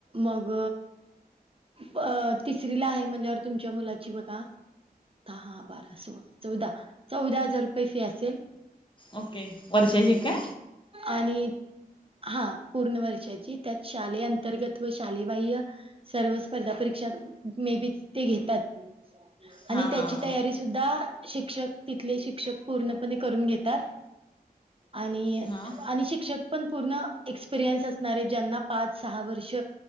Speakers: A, on the right; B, on the left.
A: मग, अ तिसरी ला आहे म्हणल्यावर तुमच्या मुलाची म्हणजे, बघा दहा, बारा, सोळा, चौदा चौदा हजार रुपये फी असेल.
B: ओके वर्षाची काय?
A: आणि हा पूर्ण वर्षाची. त्यात शालेय अंतर्गत व शाले बाह्य सर्व स्पर्धा परीक्षा मे बी ते घेतात. आणि
B: हा
A: त्याची
B: हा
A: तयारी सुद्धा शिक्षक ति इथले शिक्षक पूर्णपणे करून घेतात आणि
B: हा
A: आणि शिक्षक पण पूर्ण एक्सपिरियन्स असणारे, ज्यांना पाच सहा वर्ष